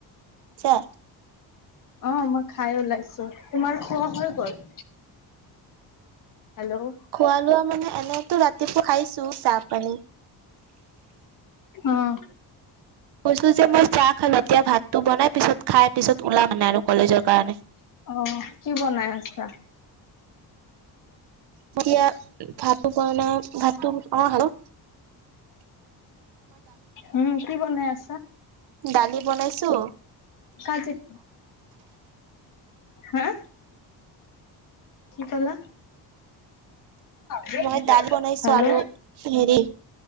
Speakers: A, on the right; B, on the left.
A: ছা?
B: অঁ মই খাই ওলাইছো, তোমাৰ খোৱা হৈ গ'ল হেল্ল'ও
A: খোৱা লোৱা মানে এনেইতো ৰাতিপুৱা খাইছো চাহ পানী।
B: অঁ
A: কৈছো যে মই চাহ খালো, এতিয়া ভাতটো বনাই পিছত খাই পিছত ওলাম মানে আৰু কলেজৰ কাৰণে।
B: অ' কি বনাই আছা?
A: এতিয়া ভাতো বনাম ভাতটো, অঁ হেলো'
B: উম কি বনাই আছা?
A: দালি বনাইছো
B: কাজিৰ হা? কি ক'লা? হেল্ল'
A: মই দাল বনাইছো আৰু হেৰি